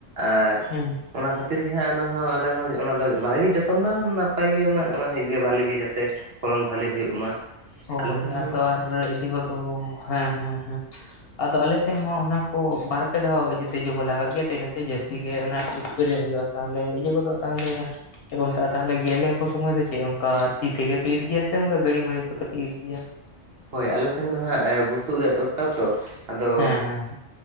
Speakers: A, on the right; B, on the left.
A: ᱟᱨ
B: ᱦᱩᱸ
A: ᱚᱱᱟ ᱠᱷᱟᱹᱛᱤᱨ ᱜᱮ ᱦᱟᱸᱜ ᱚᱱᱟ ᱦᱚᱸ ᱟᱞᱮ ᱦᱚᱸ ᱚᱱᱟ ᱫᱚ ᱵᱷᱟᱜᱤ ᱡᱚᱛ ᱛᱚᱱᱟᱝ ᱱᱟᱯᱟᱭ ᱜᱮ ᱢᱟ <unintelligible> ᱦᱩᱭᱩᱜ ᱜᱮ ᱵᱷᱟᱜᱞᱤ ᱜᱮ ᱡᱟᱛᱮ ᱯᱷᱚᱞᱚᱱ ᱵᱷᱟᱞᱮ ᱦᱩᱭᱩᱜ ᱢᱟ
B: ᱦᱳᱭ
A: ᱟᱞᱮ ᱥᱮᱱ
B: ᱟᱫᱚ ᱟᱨ ᱤᱡᱟᱹ ᱠᱚᱫᱚ ᱦᱮᱸ ᱦᱮᱸ ᱦᱮᱸ᱾ ᱟᱫᱚ ᱟᱞᱮᱥᱮᱜ ᱢᱟᱦᱟᱜ ᱚᱱᱟ ᱠᱚ ᱵᱟᱨ ᱯᱮ ᱫᱷᱟᱣ ᱤᱡᱟᱹ ᱛᱮᱡᱚ ᱠᱚ ᱞᱟᱜᱟᱜ ᱜᱮᱭᱟ ᱤᱱᱟᱹᱛᱮ ᱡᱟᱹᱥᱛᱤ ᱜᱮ ᱚᱱᱟ ᱮᱥᱯᱨᱮ ᱦᱩᱭᱩᱜ-ᱟ᱾ ᱛᱟᱦᱞᱮ ᱤᱭᱟᱹ ᱠᱚᱫᱚ ᱛᱟᱦᱞᱮ ᱢᱮᱛᱟᱜᱼᱟ᱾ ᱛᱟᱦᱚᱞᱮ ᱜᱮᱞᱮ ᱠᱚ ᱥᱚᱢᱚᱭ ᱫᱚ ᱪᱮᱫ ᱚᱝᱠᱟ ᱛᱤ ᱛᱮᱜᱮ ᱤᱨ ᱜᱮᱭᱟ, ᱥᱮ ᱚᱱᱠᱟ ᱜᱟᱹᱲᱤ ᱢᱟᱹᱲᱤ ᱠᱚᱛᱮ ᱯᱮ ᱤᱨ ᱜᱮᱭᱟ?
A: ᱦᱳᱭ ᱟᱞᱮ ᱥᱮᱱ ᱫᱚ ᱦᱟᱸᱜ ᱵᱩᱥᱩᱵ ᱨᱮᱭᱟᱜ ᱫᱚᱨᱠᱟᱨ ᱛᱚ ᱟᱫᱚ
B: ᱦᱮᱸ ᱦᱮᱸ